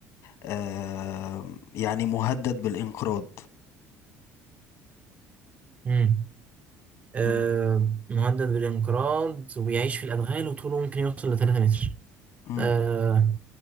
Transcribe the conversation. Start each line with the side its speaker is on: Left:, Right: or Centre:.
Left: آه يعني مهدد بالانقراض
Right: امم آه
Left: مم.
Right: مهدد بالانقراض وبيعيش في الأدغال وطوله ممكن يوصل ل 3 متر
Left: مم.
Right: آه